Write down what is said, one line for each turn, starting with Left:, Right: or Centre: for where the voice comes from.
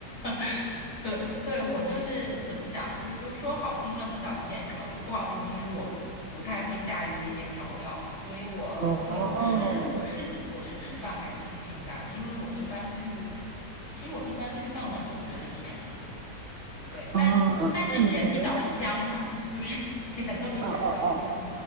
Left: <laughs> 所以对我就是怎么讲，就是说说好听了比较健康，说不好听，其实我不太会驾驭那些调料，所以我对我是我是我是吃饭还挺清淡的，
Right: 哦，
Left: 因为我一般去，其实我一般去饭馆都觉得咸。对，但但是咸比较香嘛，
Right: 哦，那你口味应该比较……
Left: 就是 <laughs> 咸的会觉得比较香。
Right: 哦哦哦，